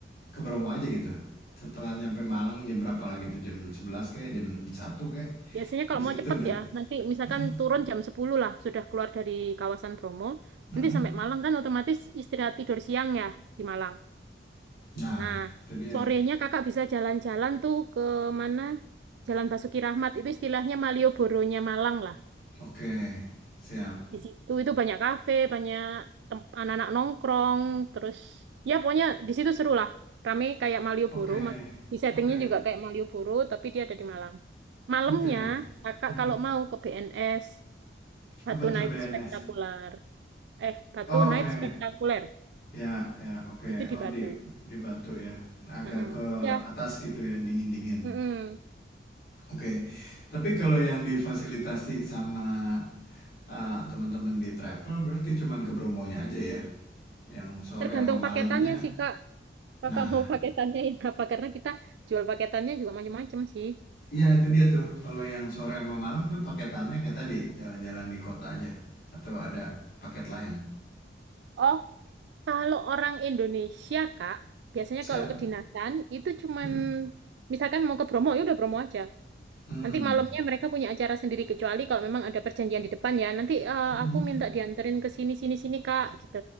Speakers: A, on the left (about 55°); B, on the right (about 70°).
A: ke Bromo aja gitu setelah nyampe Malang jam berapa lagi tuh jam 11 kayak jam satu kayak
B: Biasanya kalau
A: bis
B: mau
A: gitu
B: cepet
A: udah
B: ya, nanti misalkan
A: Hmm,
B: turun jam 10 lah, sudah keluar dari kawasan Bromo,
A: hmm.
B: nanti sampai Malang kan otomatis istirahat tidur siang ya di Malang.
A: nah
B: Nah,
A: itu dia
B: sorenya kakak bisa jalan-jalan tuh ke mana? Jalan Basuki Rahmat itu istilahnya Malioboro-nya Malang lah.
A: oke siap
B: Di situ itu banyak kafe, banyak tem- anak-anak nongkrong, terus ya pokoknya di situ seru lah. Rame kayak Malioboro,
A: oke
B: mak- di settingnya
A: oke
B: juga kayak Malioboro, tapi dia ada di Malang. Malamnya
A: oke
B: kakak
A: Hmm.
B: kalau mau ke BNS Batu
A: apa tuh
B: Night
A: BNS
B: Spektakuler. eh Batu
A: oke
B: Night Spektakuler
A: Ya, ya, oke.
B: itu di
A: Oh,
B: Batu.
A: di di Batu ya. Agak
B: Mm-mm.
A: ke
B: Udah,
A: atas gitu ya, dingin-dingin.
B: mm-mm.
A: Oke. Tapi kalau yang difasilitasi sama ah, teman-teman di travel berarti cuman ke Bromonya aja ya. Yang sore
B: Tergantung
A: sama malamnya.
B: paketannya sih Kak. Kakak
A: Nah,
B: mau paketannya ini apa? Karena kita jual paketannya juga macam-macam sih.
A: ya itu dia tuh. Kalau yang sore sama malam tuh paketannya kayak tadi, jalan-jalan di kota aja atau ada paket lain.
B: Oh, Kalau orang Indonesia, Kak, biasanya
A: Siap?
B: kalau kedinasan itu cuman
A: Hmm.
B: misalkan mau ke Bromo, ya udah Bromo aja.
A: Hmm.
B: Nanti malamnya mereka punya acara sendiri kecuali kalau memang ada perjanjian di depan ya. Nanti eh,
A: Hmm.
B: aku minta dianterin ke sini sini sini Kak gitu.